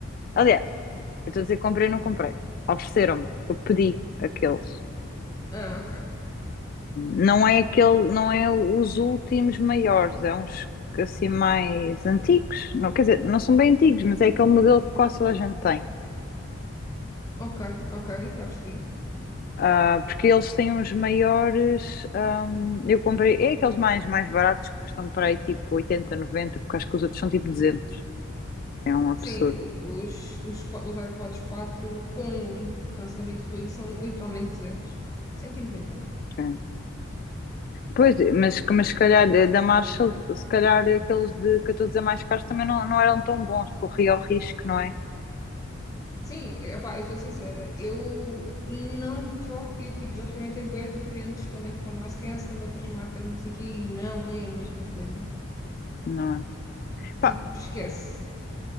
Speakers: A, on the left (about 45°); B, on the left (about 15°).
A: Aliás, eu estou a dizer comprei, não comprei. Ofereceram-me, eu pedi aqueles.
B: Ah, ok.
A: Não é aquele, não é os últimos maiores, é uns assim mais antigos. Não, quer dizer, não são bem antigos, mas é aquele modelo que quase toda a gente tem.
B: Ok, ok, já percebi.
A: Ah, porque eles têm uns maiores. ahm, eu comprei, é aqueles mais, mais baratos que custam para aí tipo 80 90 porque acho que os outros são tipo duzentos É um absurdo.
B: Sim, o- os, os, qua- os AirPods quatro com cancelamento de ruído são literalmente duzentos. Cento e noventa e nove.
A: é. Pois, mas, mas se calhar da da Marshall, se calhar aqueles de, que eu estou a dizer mais caros também não, não eram tão bons, corria o risco, não é?
B: Sim, epá, eu sou sincera, eu não troco, eu tipo, já experimentei bué diferentes também com noise cancelling de outras marcas, e não sei o quê, e não é a mesma coisa.
A: Não é? Pá,
B: Tipo, esquece.